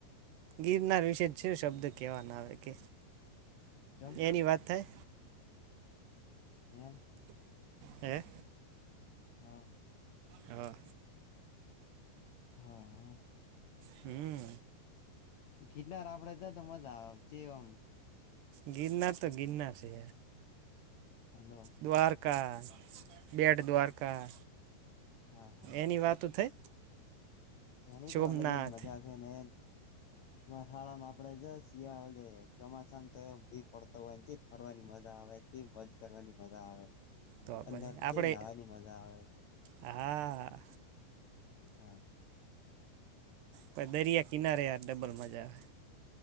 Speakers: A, on the right; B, on the left.
A: ગિરનાર વિશે જ શ શબ્દ કેવાના આવે કે
B: ચમ
A: એની વાત થાય.
B: એમ.
A: હે.
B: હા
A: હા
B: હા, હ
A: હું.
B: ગીરનાર આપડે જ તો મજા આવે જે આમ
A: ગિરનાર તો ગિરનાર છે.
B: હાલો.
A: દ્વારકા બેટ દ્વારકા
B: હા હા
A: એની વાતો થઈ.
B: એની
A: સોમનાથ
B: તો અલગ જ મજા છે, ને મહળામાં આપડે જ શિયાળાની ચોમાસામાં તો એ ભી પડતો હોય ને ફરવાની મજા આવે. થી મજ કરવાની મજા આવે.
A: તો
B: અંદર
A: પછી આપડે
B: ચેવી નાહવાની મજા આવે
A: હા.
B: હા.
A: પ દરિયા કિનારે યાર ડબલ મજા આવે.